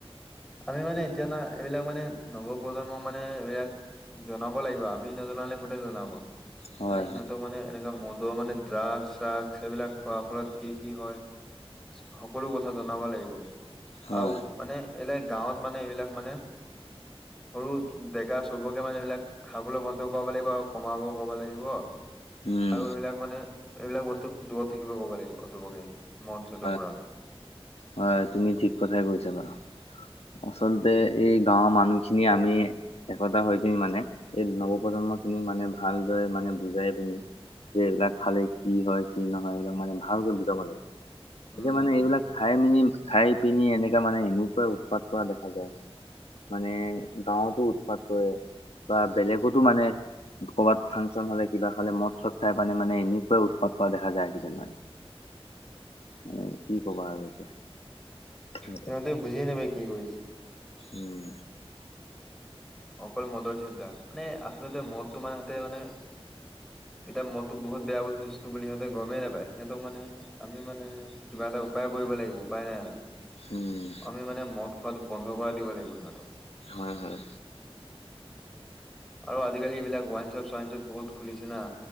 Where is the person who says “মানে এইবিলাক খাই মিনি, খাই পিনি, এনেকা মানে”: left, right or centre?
Left